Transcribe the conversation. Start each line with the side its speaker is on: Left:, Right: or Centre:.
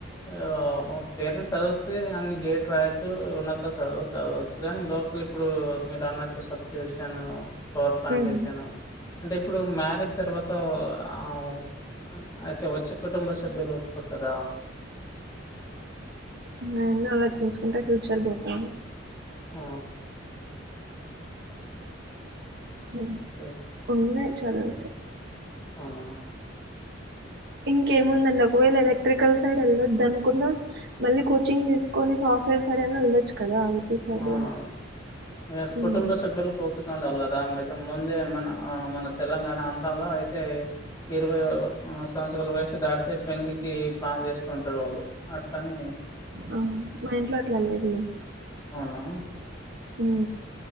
Left: ఏవ్ పేరెంట్స్ చదివిత్తే అన్ని గేట్ రాయొచ్చు, ఉన్నత చదువులు చదవచ్చు గాని, లోక్ మళ్ళీ ఇప్పుడు మీరు అన్నట్టు సబ్స్టేషన్ పవర్ ప్లాంటేషన్,
Right: ఉమ్
Left: అంటే ఇప్పుడు మ్యారిడ్ తర్వాత, ఆ ఊ అయితే, వచ్చే కుటుంబ సభ్యలు ఒప్పుకోరు కదా
Right: అవ్వన్నీ ఆలోచించుకుంటే ఫ్యూచర్ పోతాది
Left: ఆ
Right: మ్
Left: ఓకే.
Right: ఉన్నాయి చదువుతే
Left: అవునా
Right: ఇంకేముందండి ఒకవేళ ఎలక్ట్రికల్ సైడ్ వెళ్ళొద్దు అనుకున్న మళ్ళీ కోచింగ్ తీసుకొని సాఫ్ట్వేర్ సైడ్ అయినా వెళ్లొచ్చు కదా సైడ్
Left: అవునా ఆ
Right: ఉమ్,
Left: కుటుంబ సభ్యులకో సూచి ఉండాలి కదా అయితే ముందే మన మన తెలంగాణ ఆంధ్రాలో అయితే ఇరవై సంవత్సరాల వయసు దాడితే పెళ్ళికి ప్లాన్ చేస్తూ ఉంటారు వాళ్ళు అట్లనీ
Right: ఆ, మా ఇంట్లో అట్లా లేదులే.
Left: అవునా
Right: ఉ